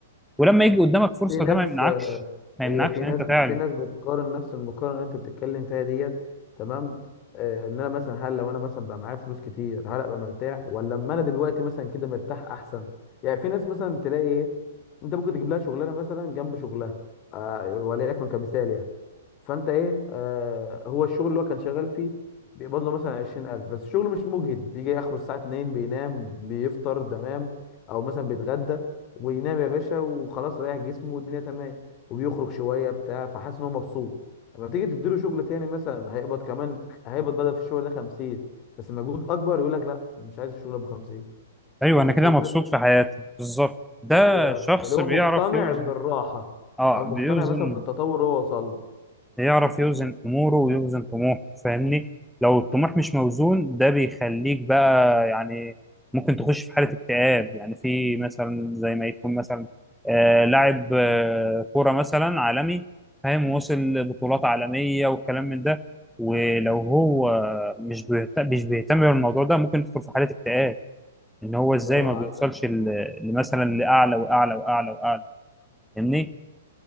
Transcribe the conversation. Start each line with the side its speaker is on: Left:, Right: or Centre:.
Centre: ولما يجي قدامك فرصة
Left: في ناس
Centre: ده ما يمنعكش
Left: آه،
Centre: ما
Left: هي
Centre: يمنعكش
Left: في
Centre: ان
Left: ناس
Centre: انت تعلى
Left: في ناس بتقارن نفس المقارنه اللي انت بتتكلم فيها ديت تمام آه، ان انا مثلا هل لو انا مثلا بقى معايا فلوس كتير هل ابقى مرتاح ولا اما انا دلوقتي مثلا كده مرتاح احسن يعني في ناس مثلا تلاقي ايه انت ممكن تجيب لها شغلانه مثلا جنب شغلها آه، وليكن كمثال يعني فانت ايه آه هو الشغل اللي هو كان شغال فيه بيقبض له مثلا 20000 بس الشغل مش مجهد بيجي اخره الساعه 2 بينام بيفطر تمام او مثلا بيتغدى وينام يا باشا وخلاص ريح جسمه والدنيا تمام وبيخرج شويه بتاع فحاسس ان هو مبسوط لما تيجي تديله شغل تاني مثلا هيقبض كمان هيقبض بدل في الشغل ده 50 بس مجهود اكبر يقول لك لا مش عايز الشغل ابو 50
Centre: ايوه
Left: أنت فاهم
Centre: انا
Left: الفكره
Centre: كده مبسوط في حياتي بالظبط ده
Left: ايوه
Centre: شخص
Left: اللي هو
Centre: بيعرف
Left: مقتنع
Centre: يوزن
Left: بالراحه
Centre: اه
Left: او
Centre: بيوزن
Left: مقتنع مثلا بالتطور اللي هو وصل
Centre: يعرف يوزن اموره ويوزن طموحه فاهمني لو الطموح مش موزون ده بيخليك بقى يعني ممكن تخش في حالة اكتئاب يعني في مثلا زي ما يكون مثلا آه لاعب آه كورة مثلا عالمي فاهم وصل بطولات عالمية والكلام من ده ولو هو مش بيهتم مش بيهتم بالموضوع ده ممكن يدخل في حالة اكتئاب ان هو ازاي
Left: له
Centre: ما
Left: اه
Centre: بيوصلش ل- لمثلا لاعلى واعلى واعلى واعلى فاهمني